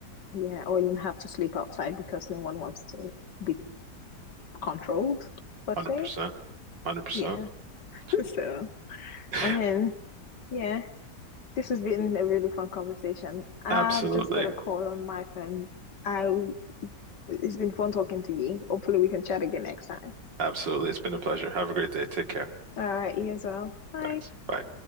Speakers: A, on the left; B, on the right.
A: Yeah, or you have to sleep outside because no one wants to be controlled, per
B: 100%.
A: se.
B: 100%.
A: Yeah. <laughs> So, I
B: <laughs>
A: mean, yeah, this has been a really fun conversation. I've
B: Absolutely.
A: just got a call on my phone. I it's been fun talking to you. Hopefully we can chat again next time.
B: Absolutely. It's been a pleasure. Have a great day. Take care.
A: All right, you as well. Bye.
B: Thanks. Bye.